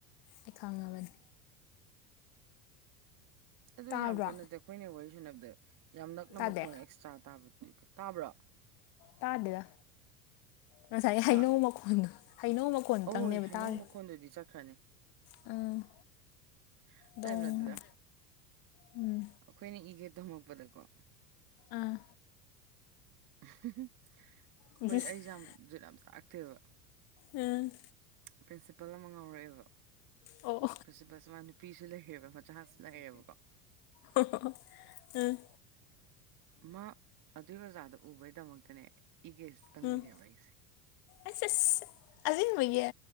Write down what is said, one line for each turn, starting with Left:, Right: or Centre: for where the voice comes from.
Left: ꯑꯩ ꯈꯪꯉꯕꯅꯤ
Right: ꯑꯗꯨ
Left: ꯇꯥꯕ꯭ꯔꯣ
Right: ꯌꯥꯝ ꯀꯟꯅ ꯅꯠꯇꯦ ꯑꯩꯈꯣꯏꯅ ꯋꯥꯔꯤ ꯁꯥꯟꯅꯕꯗ ꯌꯥꯝ ꯅꯛꯅ
Left: ꯇꯥꯗꯦ
Right: ꯃꯈꯣꯟ ꯑꯦꯛꯁꯇ꯭ꯔ ꯇꯥꯕ ꯇꯕ꯭ꯔꯣ
Left: ꯇꯥꯗꯦꯗ ꯉꯁꯥꯏ
Right: ꯍꯥ
Left: ꯍꯩꯅꯧ ꯃꯈꯣꯟꯗꯣ ꯍꯩꯅꯧ ꯃꯈꯣꯟꯗꯨꯗꯡ
Right: ꯑꯣꯏ
Left: ꯅꯦꯕ
Right: ꯍꯩꯅꯧ
Left: ꯇꯥꯔꯦ
Right: ꯃꯈꯣꯟꯗꯨꯗꯤ ꯆꯠꯈ꯭ꯔꯅꯤ
Left: ꯎꯝ
Right: ꯑꯇꯩ
Left: ꯗꯣꯡ
Right: ꯅꯠꯇꯦꯗ
Left: ꯎꯝ
Right: ꯑꯩꯈꯣꯏꯅ ꯏꯒꯦ ꯇꯝꯃꯛꯄꯗꯀꯣ
Left: ꯑꯥ
Right: ꯑꯍꯨꯝ ꯍꯨ ꯑꯩꯈꯣꯏ
Left: ꯎꯝ
Right: ꯑꯩꯁꯦ ꯌꯥꯝ ꯖꯨꯠ ꯌꯥꯝ ꯆꯔꯛꯇꯦꯕ
Left: ꯎꯝ
Right: ꯄ꯭ꯔꯤꯟꯁꯤꯄꯜ ꯑꯃ ꯉꯥꯎꯔꯛꯑꯦꯕ
Left: ꯑꯣ
Right: ꯄ꯭ꯔꯤꯟꯁꯤꯄꯜꯁꯦ ꯃꯥ ꯅꯨꯄꯤꯁꯨ ꯂꯩꯔꯦꯕ ꯃꯆꯥꯁꯨ ꯂꯩꯔꯦꯕꯀꯣ
Left: ꯑꯣ ꯍꯣ ꯎꯝ
Right: ꯃꯥ ꯑꯗꯨꯏ ꯑꯣꯖꯥꯗꯣ ꯎꯕꯩꯗꯃꯛꯇꯅꯦ ꯏꯒꯦꯁ ꯇꯝꯃꯤꯅꯦꯕ
Left: ꯎꯝ
Right: ꯑꯩꯁꯦ
Left: ꯑꯁ ꯏꯁ ꯑꯖꯤꯡꯕꯒꯤ